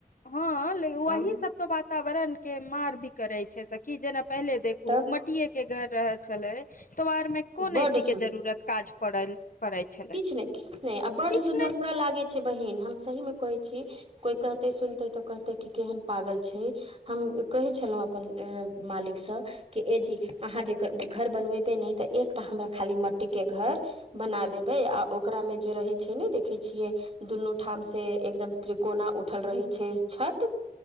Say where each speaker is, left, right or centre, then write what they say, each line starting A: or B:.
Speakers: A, on the left; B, on the right.
A: हँ लेकिन वही
B: हँ
A: सब तो बात वातावरण के मार भी करै छै सखी जेना पहिले देखू
B: तब
A: मटिये के के घर रह छले तो आर मे कोन
B: बड्ड
A: एसी के जरूरत काज पड़ल? पड़ै छलै
B: किछ नहि किछ नहि आ बड्ड
A: किछ
B: सुन्दर
A: नहि
B: हमरा लागै छै बहिन हम सही मे कहै छी? कोई कहतै सुनतै तऽ कहतै की केहन पागल छै, हम कहै छलहुँ अपन ए मालिकसँ कि ए जी अहाँ जे घर बनबेबै नहि तऽ एकटा हमरा खाली मट्टीके घर बना देबै आ ओकरामे जे रहै छै नहि देखै छियै दुनू ठामसँ एकदम त्रिकोना उठल रहै छै छत,